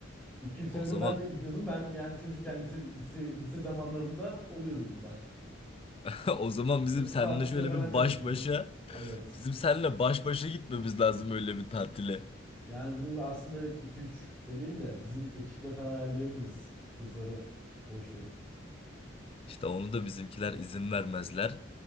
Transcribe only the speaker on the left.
O zaman
<laughs> O zaman bizim
seninle
şöyle
bir
baş başa,
bizim seninle baş başa gitmemiz lazım öyle bir tatile.
İşte onu da bizimkiler izin vermezler.